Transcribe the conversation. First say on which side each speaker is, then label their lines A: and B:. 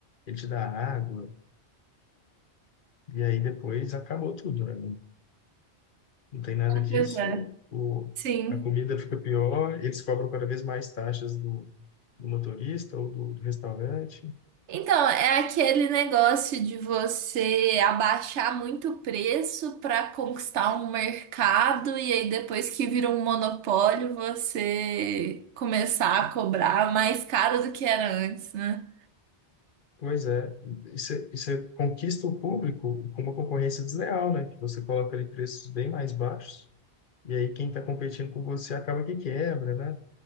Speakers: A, on the left (about 55°); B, on the right (about 80°).
A: ele te dá água e aí depois acabou tudo, né? não tem nada disso,
B: Pois é.
A: o,
B: Sim.
A: a comida fica pior, eles cobram cada vez mais taxas do, do motorista ou do, do restaurante.
B: Então, é aquele negócio de você abaixar muito o preço para conquistar um mercado e aí depois que vira um monopólio, você começar a cobrar mais caro do que era antes, né?
A: Pois é, e você e você conquista o público com uma concorrência desleal, né? Que você coloca ali preços bem mais baixos, e aí quem está competindo com você acaba que quebra, né?